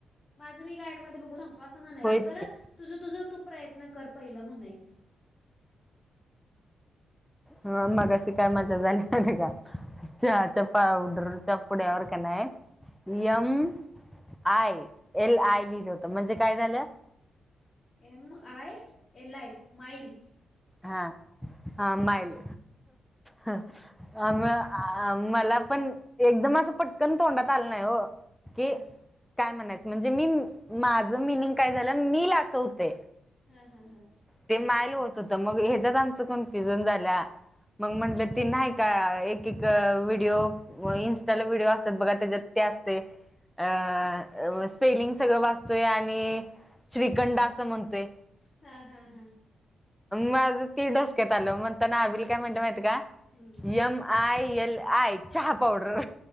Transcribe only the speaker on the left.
माझं मी गाईडमध्ये बघून सांगतो असं म्हणायचं
खर
तुझं तुझ तू प्रयत्न कर पहिलं म्हणायचं
हम्म
M I L I mile.
हा
हा हा हा...
हा हा हा..
हम्म